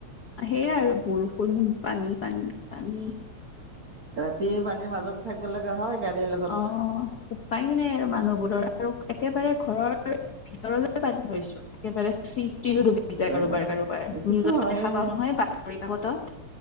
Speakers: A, on the left; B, on the right.
A: সেয়াই আৰু বৰষু পানী পানী পানী
B: ৰাতি পানীৰ মাজতে থাকিব লগাগা হয় গাড়ীৰ লগত।
A: অ উপায় নাই আৰু মানুহবোৰৰ আৰু একেবাৰে ঘৰৰ ভিতৰলৈ পান্ধী থৈছো একেবাৰে ফ্ৰিজ লো ডুবি যায়
B: অ'
A: কাৰোবাৰ কাৰোবাৰ
B: সেইটোতো
A: নিউজত
B: হয়ে।
A: দেখা পাও নহয় বাতৰি কাকতত